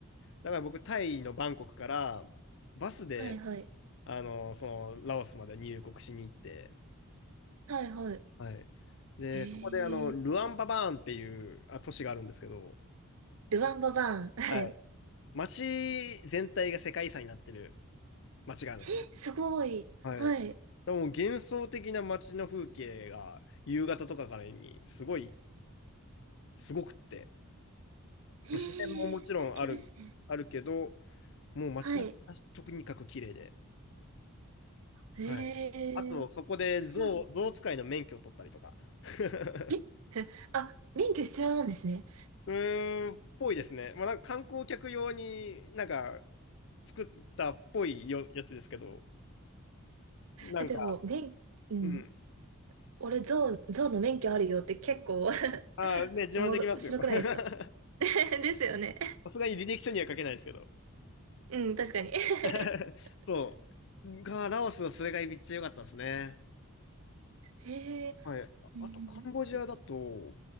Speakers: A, on the left (about 60°); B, on the right (about 75°).
A: だから僕、タイのバンコクからバスで
B: はいはい。
A: あの、その、ラオスまで入国しに行って、
B: はいはい。
A: はい。で、
B: へ
A: そこで、あの、ルアンパバーンっていうあ都市があるんですけど、
B: え。ルワンババーン。<laughs> はい。
A: はい。街全体が世界遺産になってる街があるんですね。
B: え、すごい。
A: はい。
B: はい。
A: でも幻想的な街の風景が夕方とかからにすごい、すごくって、
B: へえ、
A: 自然ももちろんある、
B: 素敵ですね。
A: あるけど、もう街並みがとにかく綺麗で、
B: はい。へえ、
A: はい。あとそこで象、
B: そうなの。
A: 象使いの免許を取ったりとか。<laughs>
B: え、あ、免許必要なんですね。
A: うーん、ぽいですね。まあ、なんか観光客用になんか作ったっぽいよ、やつですけど、なんか、
B: え、でも、免、うん。
A: うん。
B: 俺、ゾウ、ゾウの免許あるよって結構 <laughs>
A: ああ、ね、自慢できますよ。
B: おもろ、<laughs> 白くないですか
A: <laughs>
B: <laughs> ですよね。
A: さすがに履歴書には書けないですけど。
B: うん、確かに <laughs>
A: <laughs> そう。が、ラオスはそれがめっちゃ良かったですね。
B: へえ、
A: はい。
B: うん、
A: あと、カンボジアだと、
B: え、